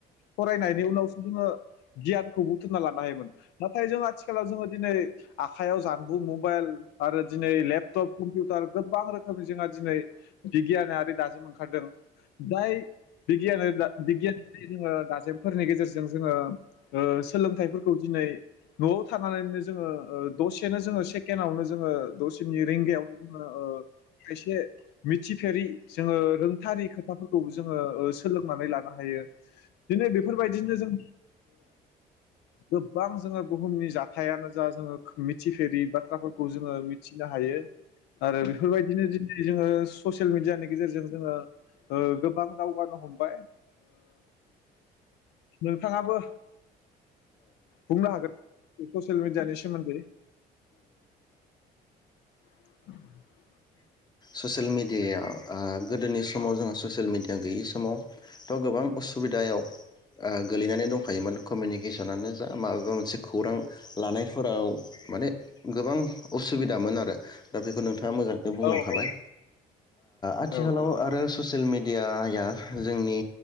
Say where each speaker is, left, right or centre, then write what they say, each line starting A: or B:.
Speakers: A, on the left (about 85°); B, on the left (about 25°).
A: फरायनायनि उनावसो जोङो गियानखौ बुथुमना लानो हायोमोन नाथाय जों आथिखालाव जोङो दिनै आखाइयाव जानबुं मबाइल आरो दिनै लेपटप कम्पिउटार गोबां रोखोमनि जोंहा दिनै बिगियानारि दाजेम ओंखारदों जाय बिगियान बिगियानारि जोङो दाजेमफोरनि गेजेरजों जोङो सोलोंथाइफोरखौ दिनै न'आव थानानैनो जोङो दसेनो जोङो सेकेणडआवनो जो दसेनि रिंगायावनो जोङो खायसे मिथिफेरि जोङो रोंथारि खोथाफोरखौबो जोङो सोलोंनानै लानो हायो बिदिनो बेफोरबायदिनो जों गोबां जोङो बुहुमनि जाथायानो जा जोङो मिथिफेरि बाथ्रा खौ जोङो मिथिनो हायो आरो बेफोरबायदिनो दिनै जोङो ससियेल मिडियानि गेजेरजों जोङो गोबां दावगानो हमबाय नोंथाङाबो बुंनो हागोन ससियेल मिडियानि सोमोन्दै <inaudible>
B: ससियेल मेडियायाव गोदोनि समाव जोंहा ससियेल मेडियायाव गैयि समावथ' गोबां उसुबिदायाव गोलैनानै दंखायोमोन कमिउनिकेसनानो जा माबेबा मोनसे खौरां लानायफोराव माने गोबां उसुबिदामोन आरो दा बेखौ नोंथां मोजाङैनो बुंलांखाबाय
A: औ औ
B: आथिखालाव
A: औ औ
B: आरो ससियेल मेडियाया जोंनि